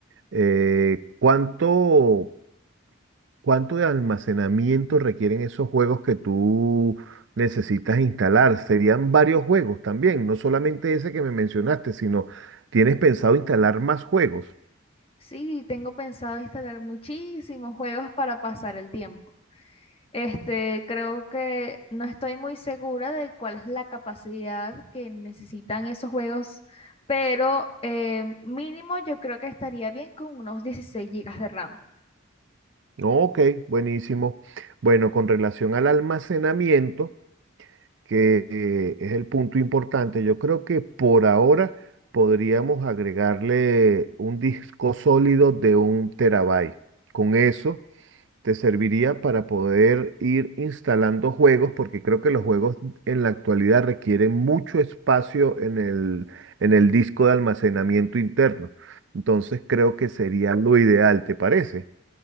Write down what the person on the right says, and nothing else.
Eh, ¿cuánto? ¿Cuánto de almacenamiento requieren esos juegos que tú necesitas instalar? Serían varios juegos también, no solamente ese que me mencionaste, sino tienes pensado instalar más juegos.
No, ok, buenísimo. Bueno, con relación al almacenamiento, que eh, es el punto importante, yo creo que por ahora podríamos agregarle un disco sólido de un terabyte. Con eso te serviría para poder ir instalando juegos, porque creo que los juegos en la actualidad requieren mucho espacio en el, en el disco de almacenamiento interno. Entonces creo que sería lo ideal, ¿te parece?